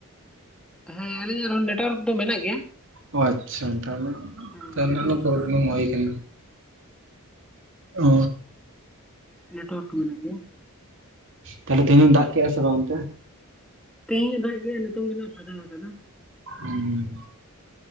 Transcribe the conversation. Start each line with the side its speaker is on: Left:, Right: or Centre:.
Centre: ᱦᱮᱸ ᱟᱞᱤᱧᱟᱜ ᱦᱚᱸ ᱱᱮᱴᱳᱣᱟᱨᱠ ᱫᱚ ᱢᱮᱱᱟᱜ ᱜᱮᱭᱟ᱾
Right: ᱳ ᱟᱪᱪᱷᱟ᱾ ᱛᱟᱦᱚᱞᱮ
Centre: ᱦᱮᱸ
Right: ᱛᱟᱦᱚᱞᱮ
Centre: ᱱᱮᱴᱣᱟᱨᱠ
Right: ᱯᱨᱚᱵᱞᱮᱢ
Centre: ᱫᱚ ᱢᱮᱱᱟᱜ ᱜᱮᱭᱟ
Right: ᱦᱳᱭ ᱟᱠᱟᱱᱟ᱾ ᱚ᱾
Centre: ᱱᱮᱴᱚᱣᱟᱨᱠ ᱫᱚ ᱢᱮᱱᱟᱜ ᱜᱮᱭᱟ᱾
Right: ᱛᱟᱦᱞᱮ ᱛᱮᱦᱮᱧ ᱦᱚᱭ ᱫᱟᱜ ᱠᱮᱜᱼᱟ ᱥᱮ ᱵᱟᱝ ᱚᱱᱛᱮ?
Centre: ᱛᱮᱦᱮᱧ ᱮ ᱫᱟᱜ ᱠᱮᱜᱼᱟ᱾ ᱱᱤᱛᱚᱜ ᱫᱚ ᱱᱟᱦᱟᱜ ᱮ ᱯᱷᱟᱠᱟ ᱟᱠᱟᱫᱟ᱾
Right: ᱦᱩᱸ᱾